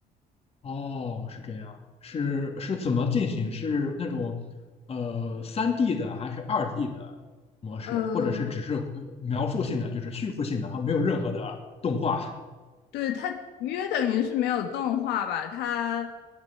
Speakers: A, on the left; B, on the left.
A: 哦，是这样，是是怎么进行？是那种呃三 d 的还是二 d 的模式，
B: 呃，
A: 或者是只是呃描述性的，就是叙述性的，它没有任何的动画？
B: 对，它约等于是没有动画吧，它